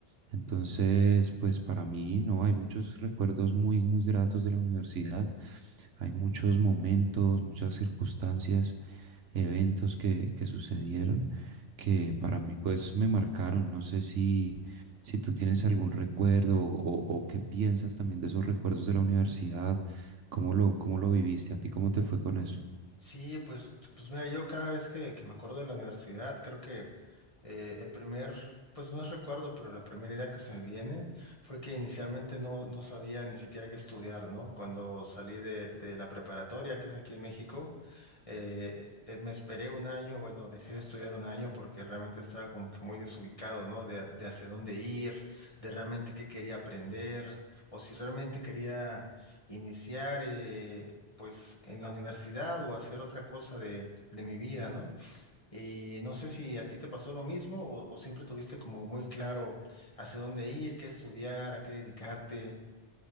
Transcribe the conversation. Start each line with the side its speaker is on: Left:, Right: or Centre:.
Right: Entonces, pues para mí, no, hay muchos recuerdos muy, muy gratos de la universidad. Hay muchos momentos, muchas circunstancias, eventos que, que sucedieron que para mí, pues me marcaron. No sé si, si tú tienes algún recuerdo o, o qué piensas también de esos recuerdos de la universidad. ¿Cómo lo, cómo lo viviste? ¿A ti cómo te fue con eso?
Left: Sí, pues, pues mira, yo cada vez que, que me acuerdo de la universidad, creo que eh, el primer, pues no es recuerdo, pero la primera idea que se me viene fue que inicialmente no, no sabía ni siquiera qué estudiar, ¿no? Cuando salí de, de la preparatoria, que es aquí en México, eh, eh, me esperé un año, bueno, dejé de estudiar un año porque realmente estaba como que muy desubicado, ¿no? De, de hacia dónde ir, de realmente qué quería aprender, o si realmente quería iniciar eh, pues en la universidad o hacer otra cosa de, de mi vida, ¿no? Y no sé si a ti te pasó lo mismo o, o siempre tuviste como muy claro hacia dónde ir, qué estudiar, a qué dedicarte.